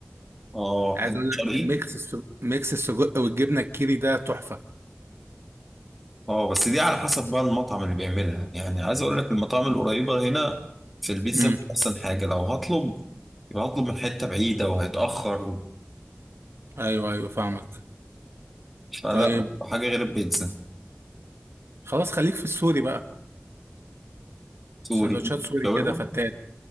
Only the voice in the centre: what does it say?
آه
حلو
شرقي؟
آه بس دي على حسب بقى المطعم اللي بيعملها يعني عايز أقول لك المطاعم القريبة هنا في البيتزا
مش أحسن حاجة لو هطلب يبقى هطلب من حتة بعيدة وهيتأخر
فلا
حاجة غير البيتزا
سوري
شاورما